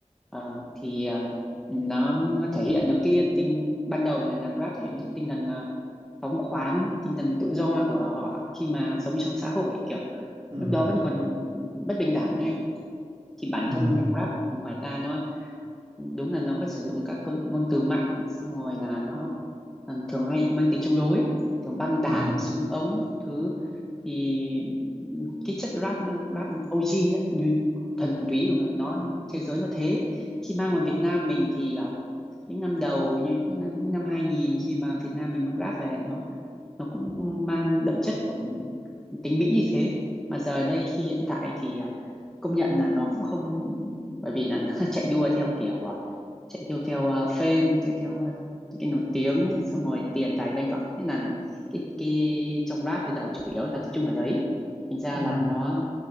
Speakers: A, in the centre; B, on the right.
A: Ờ, thì ờ, nó thể hiện được cái tinh ban đầu là nhạc rap thể hiện cái tinh thần ờ, phóng khoáng cái tinh thần tự do của họ khi mà sống trong xã hội kiểu
B: ừ
A: lúc đó vẫn còn bất bình đẳng ấy thì bản
B: ừ
A: thân nhạc rap của người ngoài ta nó đúng là nó có sử dụng các cơ- ngôn từ mạnh xong rồi là nó à, thường hay mang tính chống đối thường băng đảng
B: ừ
A: súng ống các thứ thì cái chất rap rap OG á, như thần túy của người nó thế giới nó thế khi mang vào Việt Nam mình thì à, những năm đầu như những năm, những năm 2000 khi mà Việt Nam mình mang rap về nó nó cũng mang đậm chất của tính Mỹ như thế mà giờ đây khi hiện tại thì à, công nhận là nó cũng không bởi vì là nó chạy đua theo kiểu à, chạy theo theo ờ, fame theo theo ờ, những cái nổi tiếng ấy, xong rồi tiền tài danh vọng thế là cái cái trong rap bây giờ chủ yếu là tập trung ở đấy thành ra
B: ừ
A: là nó